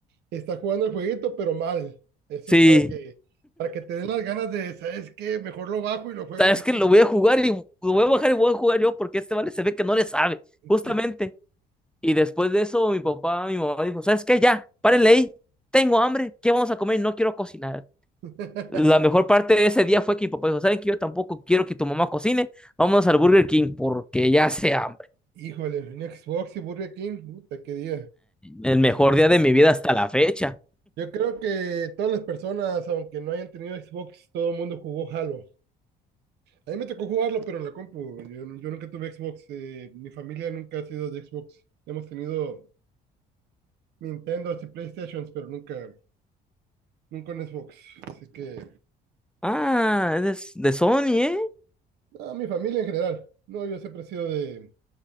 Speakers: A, on the right; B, in the centre.
A: está jugando el jueguito, pero mal. Eso
B: Sí,
A: para que, para que te den las ganas de, ¿sabes qué? Mejor lo bajo y lo juego
B: es
A: bien,
B: que lo voy a jugar y lo voy a bajar y voy a jugar yo porque este vale se ve que no le sabe, justamente.
A: sí.
B: Y después de eso, mi papá, mi mamá dijo, ¿sabes qué? Ya, párenle ahí, tengo hambre, ¿qué vamos a comer? No quiero cocinar.
A: <laughs>
B: La mejor parte de ese día fue que mi papá dijo, ¿saben que yo tampoco quiero que tu mamá cocine? Vamos al Burger King porque ya hace hambre.
A: Híjole, un Xbox y Burger King, puta, qué día.
B: El mejor día de mi vida
A: Sí.
B: hasta la fecha.
A: Yo creo que todas las personas, aunque no hayan tenido Xbox, todo el mundo jugó Halo. A mí me tocó jugarlo, pero en la compu. Yo, yo nunca tuve Xbox. eh, mi familia nunca ha sido de Xbox. Hemos tenido Nintendo y PlayStation, pero nunca, nunca un Xbox. Así que,
B: Ah, es de Sony, ¿eh?
A: a mi familia en general. No, yo siempre he sido de,